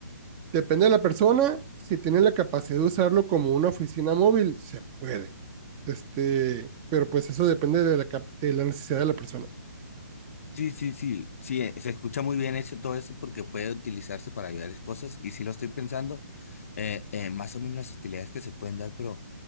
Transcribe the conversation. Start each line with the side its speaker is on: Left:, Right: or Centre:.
Right: depende de la persona. Si tiene la capacidad de usarlo como una oficina móvil, se puede. Este, pero pues eso depende de la, de la necesidad de la persona.
Left: Sí, sí, sí, sí, eh, se escucha muy bien eso, todo eso porque puede utilizarse para varias cosas y sí lo estoy pensando, eh, eh, más o menos las utilidades que se pueden dar, pero